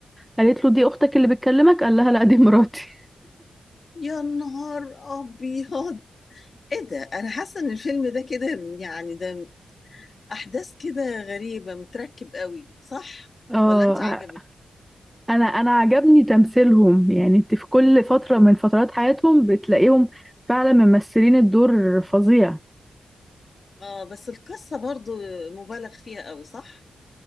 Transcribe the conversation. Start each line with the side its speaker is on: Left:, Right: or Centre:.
Centre: قالت له دي اختك اللي بتكلمك قال لها لا دي مراتي
Left: يا نهار ابيض ايه ده انا حاسه ان الفيلم ده كده يعني ده احداث كده غريبه متركب قوي صح
Centre: <laughs> اه
Left: ولا انت عجبك
Centre: انا انا عجبني تمثيلهم يعني انت في كل فترة من فترات حياتهم بتلاقيهم فعلا ممثلين الدور فظيع
Left: اه بس القصه برضو مبالغ فيها قوي صح